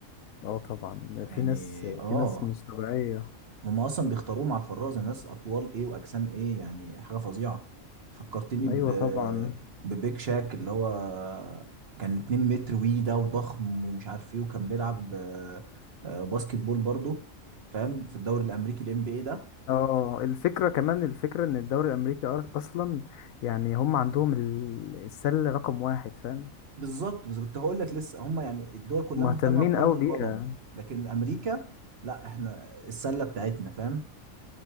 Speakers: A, on the left; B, on the right.
A: اه طبعا
B: يعني
A: في ناس
B: اه
A: في ناس مش طبيعية
B: هم اصلا بيختاروهم على الفرازه ناس اطوال ايه واجسام ايه يعني حاجه فظيعه فكرتني ب
A: ايوه طبعا
B: ببيك شاك اللي هو كان 2 متر وي ده وضخم ومش عارف ايه وكان بيلعب آه، آه، باسكت بول برضه فاهم في الدوري الامريكي الام بي اي ده
A: اه الفكرة كمان الفكرة ان الدوري الامريكي أر- اصلا يعني هم عندهم ال- السلة رقم واحد فاهم
B: بالظبط بس كنت هقول لك لسه هم يعني الدول كلها
A: مهتمين
B: مهتمه بكره
A: قوي
B: القدم
A: بيها
B: لكن امريكا لا احنا السله بتاعتنا فاهم